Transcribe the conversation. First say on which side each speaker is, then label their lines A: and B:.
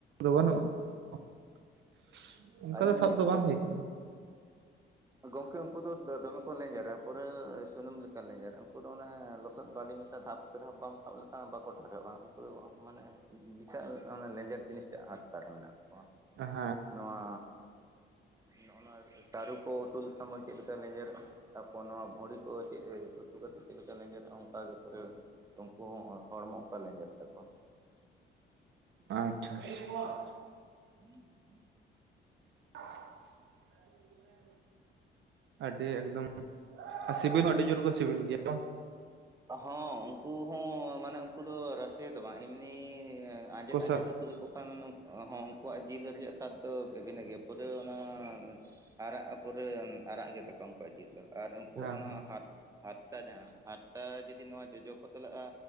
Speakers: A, on the right (about 70°); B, on the right (about 15°).
A: ᱫᱚ ᱵᱟᱹᱱᱩᱜᱼᱟ ᱾ <unintelligible> ᱚᱱᱠᱟ
B: ᱟᱹᱞᱤᱧ
A: ᱫᱚ ᱥᱟᱵ ᱫᱚ ᱵᱟᱝ ᱦᱩᱭᱩᱜ ᱾
B: ᱜᱚᱝᱠᱮ ᱩᱱᱠᱩ ᱫᱚ ᱫᱚᱢᱮ ᱠᱚ ᱞᱮᱧᱡᱮᱨᱟ ᱯᱚᱨᱮ ᱥᱩᱱᱩᱢ ᱞᱮᱠᱟ ᱞᱮᱸᱡᱮᱨ ᱩᱱᱠᱩ ᱫᱚ ᱚᱱᱮ ᱞᱚᱥᱚᱫ ᱵᱟᱹᱞᱤ ᱢᱮᱥᱟ ᱫᱷᱟᱯ ᱠᱮᱫᱷᱟᱣ ᱵᱟᱢ ᱥᱟᱵ ᱞᱮᱠᱷᱟᱱ ᱵᱟᱠᱚ ᱰᱷᱮᱨᱚᱜᱼᱟ ᱩᱱᱠᱩ ᱫᱚ ᱢᱟᱱᱮ ᱵᱤᱥᱟᱞ ᱚᱱᱟ ᱞᱮᱸᱧᱡᱮᱛ ᱡᱤᱱᱤᱥᱴᱟᱜ ᱦᱟᱨᱛᱟ ᱨᱮ ᱢᱮᱱᱟᱜ ᱛᱟᱠᱚᱣᱟ ᱾
A: ᱦᱮᱸ ᱾
B: ᱱᱚᱣᱟᱜ <unintelligible> ᱱᱚᱜᱼᱱᱚᱣᱟ ᱛᱟᱹᱨᱩ ᱠᱚ ᱩᱛᱩ ᱞᱮᱠᱷᱟᱱ ᱢᱟ ᱪᱮᱫᱞᱮᱠᱟ ᱞᱮᱸᱡᱮᱨᱚᱜᱼᱟ ᱾ ᱛᱟᱯᱚᱨ ᱱᱚᱣᱟ ᱵᱷᱩᱲᱤ ᱠᱚ ᱪᱮᱫ ᱩᱛᱩ ᱠᱟᱛᱮᱫ ᱪᱮᱫ ᱞᱮᱠᱟ ᱞᱮᱸᱡᱮᱨᱚᱜᱼᱟ ᱚᱱᱠᱟᱜᱮ ᱯᱚᱨᱮ ᱩᱱᱠᱩ ᱦᱚᱸ ᱦᱚᱲᱢᱚ ᱚᱱᱠᱟ ᱞᱮᱸᱡᱮᱫ ᱛᱟᱠᱚᱣᱟ ᱾
A: ᱟᱪᱪᱷᱟ ᱟᱪᱪᱷᱟ <unintelligible>
B: <unintelligible>
A: <unintelligible> ᱟᱹᱰᱤ ᱮᱠᱫᱚᱢ <unintelligible> ᱟᱨ ᱥᱤᱵᱤᱞ ᱦᱚᱸ ᱟᱹᱰᱤ ᱡᱳᱨ ᱠᱚ ᱥᱤᱵᱤᱞ ᱜᱮᱭᱟ ᱾
B: ᱦᱚᱸ ᱩᱱᱠᱩ ᱦᱚᱸ ᱢᱟᱱᱮ ᱩᱱᱠᱩ ᱫᱚ ᱨᱟᱥᱮ ᱫᱚ ᱵᱟᱝ ᱮᱢᱱᱤ ᱟᱸᱡᱮᱫ
A: ᱠᱚ
B: ᱟᱸᱡᱮᱫ
A: ᱥᱟᱵ
B: ᱩ ᱼᱛᱩ ᱞᱮᱠᱚ ᱠᱷᱟᱱ ᱦᱚᱸ ᱩᱱᱠᱩᱣᱟᱜ ᱡᱤᱞ ᱨᱮᱭᱟᱜ ᱥᱟᱫ ᱫᱚ ᱵᱷᱤᱱᱟᱹ ᱜᱮᱭᱟ ᱯᱩᱨᱟᱹ ᱚᱱᱟ ᱟᱨᱟᱜᱼᱟ ᱯᱩᱨᱟᱹ ᱟᱨᱟᱜ ᱜᱮ ᱛᱟᱠᱚᱣᱟ ᱩᱱᱠᱩᱣᱟᱜ ᱡᱤᱞ ᱫᱚ᱾ ᱟᱨ ᱩᱱᱠᱩᱣᱟᱜ
A: ᱦᱮᱸ
B: ᱚᱱᱟ
A: ᱦᱮᱸ
B: ᱦᱟᱨᱛ ᱦᱟᱨᱛᱟ ᱡᱟᱦᱟᱸ ᱦᱟᱨᱛᱟ ᱡᱩᱫᱤ ᱱᱚᱣᱟ ᱡᱚᱡᱚ ᱠᱚ ᱥᱟᱞᱟᱜᱼᱟ᱾